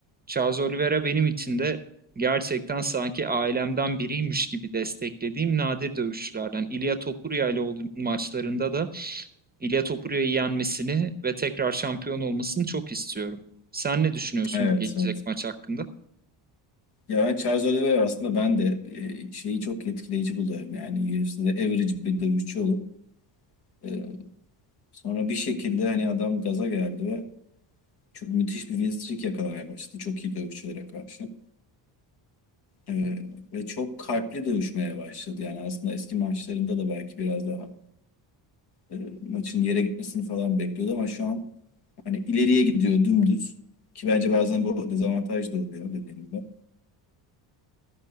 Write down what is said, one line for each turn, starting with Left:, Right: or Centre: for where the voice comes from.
Right: Charles Oliveira benim için de gerçekten sanki ailemden biriymiş gibi desteklediğim nadir dövüşçülerden. İlia Topuria ile olduğu maçlarında da İlia Topuria'yı yenmesini ve tekrar şampiyon olmasını çok istiyorum. Sen ne düşünüyorsun
Left: Evet
Right: bu gelecek
Left: evet.
Right: maç hakkında?
Left: Ya ben Charles Oliveira aslında ben de e, şeyi çok etkileyici buluyorum. Yani UFC'de average bir dövüşçü olup e, sonra bir şekilde hani adam gaza geldi ve çok müthiş bir win streak yakalamaya başladı. Çok iyi dövüşçülere karşı. E, ve çok kalpli dövüşmeye başladı. Yani aslında eski maçlarında da belki biraz daha e, maçın yere gitmesini falan bekliyordu ama şu an hani ileriye gidiyor dümdüz. Ki bence bazen bu dezavantaj da oluyor dediğim gibi.